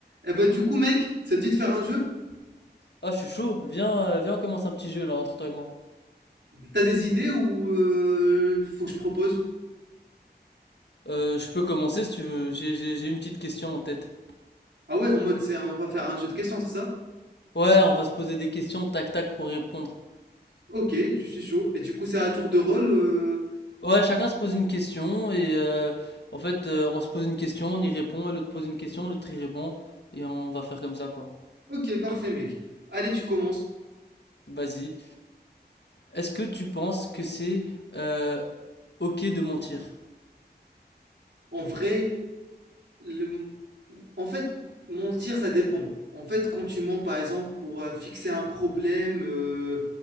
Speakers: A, on the right; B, on the left.
A: Eh bah, du coup, mec, ça te dit de faire un jeu?
B: Ah, je suis chaud. Viens, euh, viens, on commence un petit jeu là entre toi et moi.
A: T'as des idées ou euh, faut que je propose?
B: Euh, je peux commencer si tu veux. J'ai, j'ai, j'ai une petite question en tête.
A: Ah ouais, en mode, c'est, un- on va faire un jeu de questions, c'est ça?
B: Ouais, on va se poser des questions, tac tac, pour y répondre.
A: Ok, je suis chaud. Et du coup, c'est à tour de rôle. euh,
B: Ouais, chacun se pose une question et euh, en fait, euh, on se pose une question, on y répond, et l'autre pose une question, l'autre y répond et on va faire comme ça quoi.
A: Ok, parfait, mec. Allez, tu commences.
B: Vas-y. Est-ce que tu penses que c'est euh, ok de mentir?
A: En vrai, le... en fait, mentir, ça dépend. En fait, quand tu mens, par exemple, pour euh, fixer un problème, euh,